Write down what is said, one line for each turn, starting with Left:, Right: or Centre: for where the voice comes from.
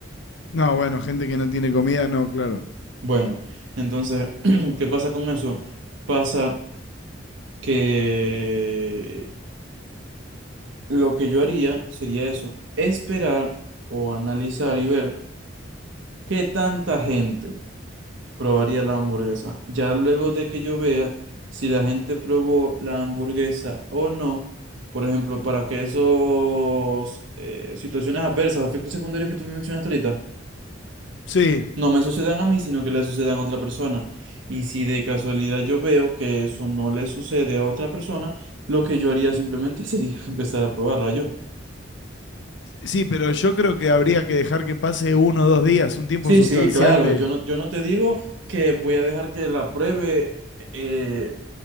Left: No, bueno, gente que no tiene comida, no, claro.
Right: Bueno, entonces, <clears throat> ¿qué pasa con eso? Pasa que lo que yo haría sería eso, esperar o analizar y ver qué tanta gente probaría la hamburguesa. Ya luego de que yo vea si la gente probó la hamburguesa o no, por ejemplo, para que esos eh, situaciones adversas o efectos secundarios que tú me mencionaste ahorita
Left: Sí,
Right: no me sucedan a mí, sino que le sucedan a otra persona. Y si de casualidad yo veo que eso no le sucede a otra persona, lo que yo haría simplemente <laughs> sería empezar a probarla yo.
Left: sí, pero yo creo que habría que dejar que pase uno o dos días, un tiempo
Right: Sí,
Left: sustancial
Right: sí, claro,
Left: de...
Right: yo no, yo no te digo que voy a dejar que la pruebe eh,